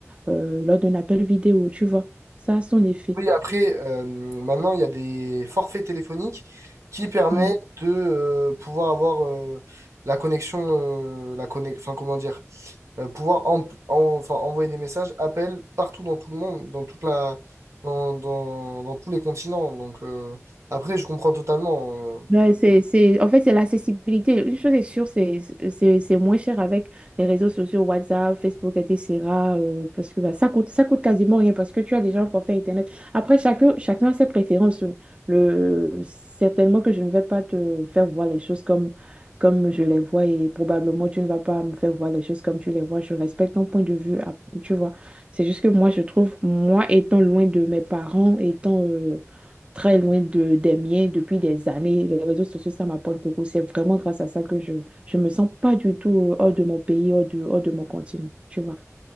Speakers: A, on the right; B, on the right.
A: euh, lors d'un appel vidéo, tu vois. Ça a son effet.
B: Oui, après, euh, maintenant, il y a des forfaits téléphoniques qui permettent
A: Mm.
B: de euh, pouvoir avoir euh, la connexion, euh, la connexion, enfin, comment dire, euh, pouvoir en- en- enfin, envoyer des messages, appels partout dans tout le monde, dans toute la, dans, dans, dans tous les continents. Donc, euh, après, je comprends totalement. euh.
A: Ouais, c'est, c'est, en fait, c'est l'accessibilité. Une chose est sûre, c'est c'est- c'est moins cher avec les réseaux sociaux, WhatsApp, Facebook, etc. euh, parce que bah, ça coûte, ça coûte quasiment rien parce que tu as déjà un forfait Internet. Après, chacun, chacun a ses préférences. Le, certainement que je ne vais pas te faire voir les choses comme, comme je les vois et probablement tu ne vas pas me faire voir les choses comme tu les vois. Je respecte ton point de vue, ah, tu vois. C'est juste que moi, je trouve, moi étant loin de mes parents, étant... euh, très loin de, des miens depuis des années. Les réseaux sociaux, ça m'apporte beaucoup. C'est vraiment grâce à ça que je je me sens pas du tout euh, hors de mon pays, hors de, hors de mon continent, tu vois.